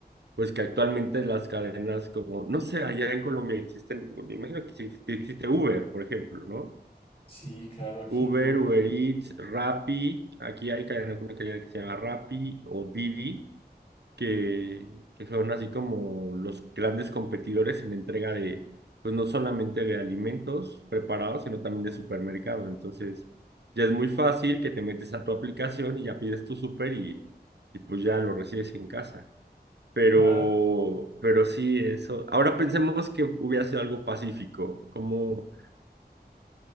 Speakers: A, on the right; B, on the left.
A: pues que actualmente las cadenas como, no sé, allá en Colombia existen, me imagino que sí existe Uber, por ejemplo, ¿no?
B: Sí, claro, aquí
A: Uber,
B: hay Uber.
A: Uber Eats, Rappi, aquí hay cadena- una cadena que se llama Rappi o Didi, que, que son así como los grandes competidores en entrega de, pues no solamente de alimentos preparados, sino también de supermercado. Entonces, ya es muy fácil que te metes a tu aplicación y ya pides tu super y, y pues ya lo recibes en casa. Pero,
B: La-
A: pero sí, eso. Ahora pensemos que hubiera sido algo pacífico, como...